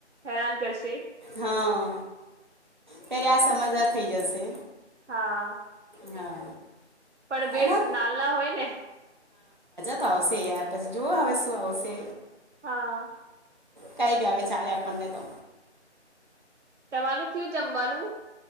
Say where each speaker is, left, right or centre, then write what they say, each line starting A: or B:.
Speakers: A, on the right; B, on the right.
A: હેરાન કરશે
B: હા ત્યારે આ સમજદાર થઈ જશે
A: હા.
B: હા.
A: પણ બે
B: એનો
A: નાલા હોય ને
B: એ તો આવશે યાર પછી જોઓ હવે શું આવશે
A: હા
B: કંઈ બી આવે ચાલે આપણને તો
A: તમારું થયું જમવાનું